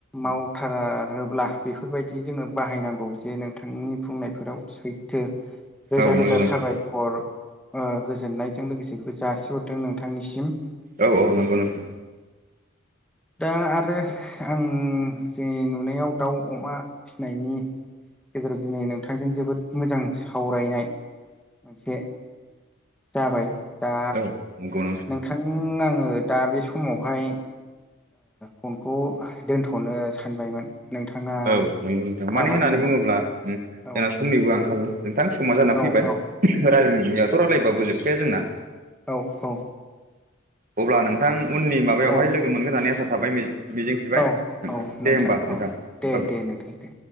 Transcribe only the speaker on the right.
औ नंगौ
नोंथां
औ औ नंगौ नोंथां
उम औ नंगौ
औ नंगौ नथां
मानो होननानै
बुंङोब्ला
जोंना
समनिबो आंखाल नोंथां समा जाना
फैबाय
रायनायथ' रायलाय बाबो जोबखाया जोंना।
अब्ला नोंथां उननि माबायावहाय
लोगो मोनगोन होननानै आसा थाबाय मिजिंथिबाय
नोंथां
दे होमबा नोंथां
औ